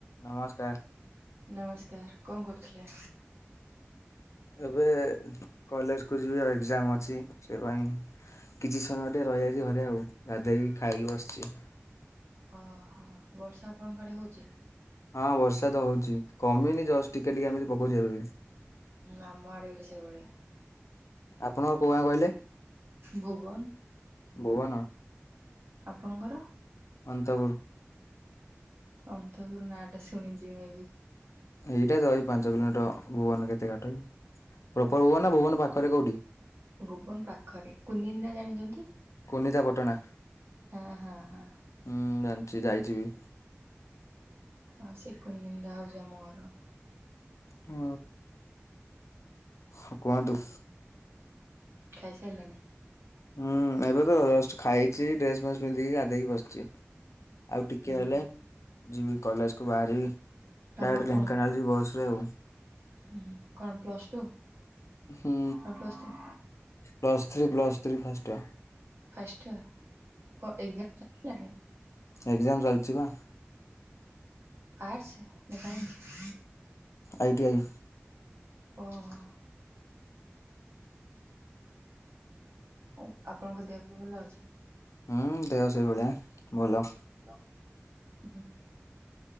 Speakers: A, on the left (about 80°); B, on the right (about 55°).
A: ନମସ୍କାର।
B: ନମସ୍କାର। କଣ କରୁଥିଲେ?
A: ଏବେ କଲେଜ କୁ ଯିବି। ଆଉ ଏକ୍ଜାମ ଅଛି। ସେ ପାଇଁ କିଛି ସମୟ ଟିକେ ରହିଯାଇଛି ଘରେ ଆଉ। ଗାଧେଇକି ଖାଇକି ବସିଛି।
B: ଅହ, ବର୍ଷା ଆପଣଙ୍କ ଆଡେ ହଉଛି?
A: ହଁ, ବର୍ଷା ତ ହଉଛି। କମିନି ଜଷ୍ଟ ଟିକେ ଟିକେ ଏମିତି ପକଉଛି, ଏବେବି।
B: ହୁଁ, ଆମ ଆଡେ ବି ସେଇଭଳିଆ।
A: ଆପଣଙ୍କ କୋଉ ଆଁ କହିଲେ?
B: ଭୁବନ
A: ଭୁବନ!
B: ଆପଣଙ୍କର?
A: ଅନ୍ତପୁର।
B: ଅନ୍ତପୁର ନାଁଟା ଶୁଣିଛି, ମେ ବି।
A: ଏଇଟା ତ ଏଇ ପାଞ୍ଚ କିଲୋମିଟର ଭୁବନ କେତେ ଗାଟ କି? ପ୍ରପର ଭୁବନ ନା ଭୁବନ ପାଖରେ କୋଉଠି
B: ଭୁବନ ପାଖରେ, କୁନିନ୍ଦା ଜାଣିଛନ୍ତି?
A: କୁନିତା ପଟଣା ହୁଁ,
B: ହଁ ହଁ ହଁ
A: ଜାଣିଛି ଯାଇଛି ବି।
B: ଆ ସେ କୁନିନ୍ଦା ହଉଛି, ଆମ ଘର।
A: ହ। ହ କୁହନ୍ତୁ।
B: ଖାଇ ସାଇଲେଣି?
A: ହୁଁ, ଏବେ ଜଷ୍ଟ ଖାଇଛି। ଡ୍ରେସ୍ ଫେସ୍ ପିନ୍ଧିକି ଗାଧେଇକି ବସିଛି। ଆଉ ଟିକେ
B: ଉଁ
A: ହେଲେ,
B: ହୁଁ
A: ଯିବି କଲେଜ କୁ ବାହାରିବି।
B: ଆପଣ
A: ଡାଇରେକ୍ଟ
B: କଣ
A: ଢେଙ୍କାନାଳ ଯିବି ବସ୍ ରେ ଆଉ।
B: ହୁଁ କଣ ପ୍ଲସ୍ ଟୁ
A: ହୁଁ।
B: ନା plus three?
A: Plus three, plus three, first ହିଅ
B: ଫାଷ୍ଟ ଇୟର! କଣ ଏକ୍ଜାମ ଚାଲିଲାଣି?
A: ଏକ୍ଜାମ ଚାଲିଚି ବା।
B: ଆର୍ଟ୍ସ ନା ସାଇନ୍ସ?
A: I T I.
B: ଓହୋ! ଉ ଆପଣଙ୍କ ଦେହ ଫେହ ଭଲ ଅଛି?
A: ହୁଁ, ଦେହ ସେଇ ଭଳିଆ ଭଲ।
B: ଉ ହୁଁ।